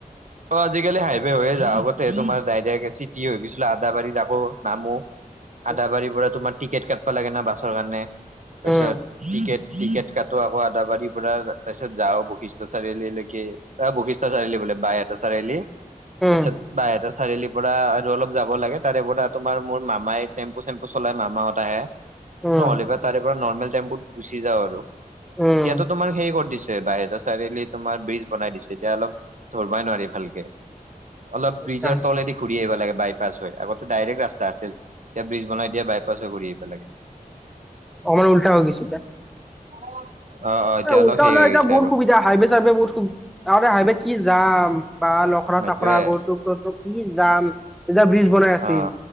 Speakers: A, on the right; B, in the centre.
A: অ আজিকালি হাইৱে হৈয়ে যাওঁ আগতে তোমাৰ ডাইৰেক্ট এচিটি হৈ গৈছিলো আদাবাৰী আকৌ নামো।
B: <inaudible>
A: আদাবাৰীৰ পৰা তোমাৰ টিকেট কাটবা লাগে না বাছৰ কাৰণে তাৰপিছত
B: উম,
A: টিকেট টিকেট কটো আকৌ আদাবাৰীৰ পৰা তাৰপিছত যাওঁ বৈশিষ্ঠ চাৰিআলিৰ লৈকে। বশিষ্ঠ চাৰিআলি বোলে বায়ে এটা চাৰিআলি
B: উম,
A: তাৰ পিছত বাহ এটা চাৰিআলিৰ পৰা আৰু অলপ যাব লাগে। তাৰে পৰা তোমাৰ মোৰ মামাই টেম্পু চেম্পু চলাই মামাহত আহে
B: উম,
A: নহ'লেবা তাৰে। নৰ্মেল টেম্পুত গুচি যাওঁ আৰু
B: উম,
A: এতিয়াতো তোমাৰ সেই কৰি দিছে। এ বাইহাটা চাৰিআলি তোমাৰ ব্ৰিজ বনাই দিছে এতিয়া অলপ ধৰিবাই নোৱাৰি ভালকে অলপ
B: আচ্ছা
A: ব্ৰিজৰ তলেদি ঘূৰি আহিব লাগে বাইপাছ হৈ আগতে ডাইৰেক্ট ৰাস্তা আছিল। এতিয়া ব্ৰিজ বনাই দিয়া বাইপাছ হৈ ঘুৰি আহিব লাগে।
B: আমাৰ উল্টা হৈ গৈছে এতিয়া।
A: <unintelligible> এতিয়া অলপ
B: উল্টা
A: হেৰি
B: হ'লেও
A: হৈ
B: এতিয়া
A: গৈছে
B: বহুত
A: আৰু
B: সুবিধা হাইৱে চাইৱে বহুত সুবিধ আৰে হাইৱেত কি যাম বা অখৰা
A: সেইটোয়ে
B: চাখৰা গৰচোকটোতো কি যাম তেতিয়া ব্ৰিজ বনাই আছিল
A: অ